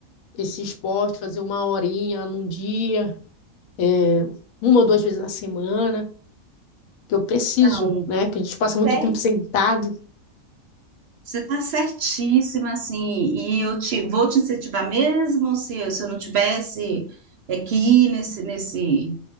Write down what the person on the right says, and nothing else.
Não,
pé,
você está certíssima, assim, e eu te, vou te incentivar mesmo se, eu- se eu não tivesse aqui nesse, nesse,